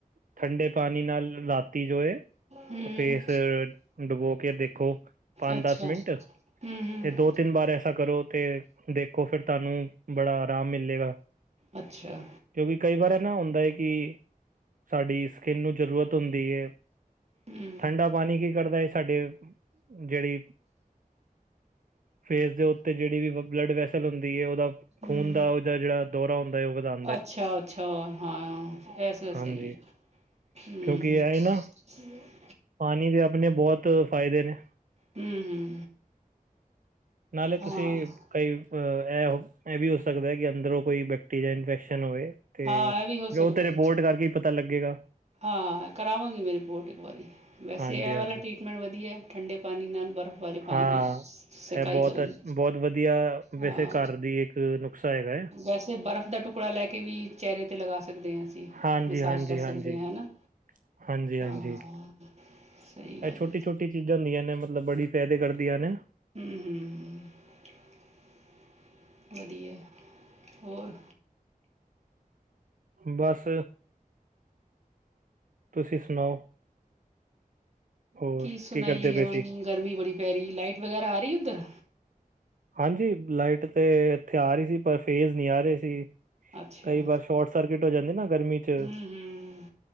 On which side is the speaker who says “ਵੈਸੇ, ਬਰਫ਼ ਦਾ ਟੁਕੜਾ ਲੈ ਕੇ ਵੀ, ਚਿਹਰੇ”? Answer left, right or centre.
Right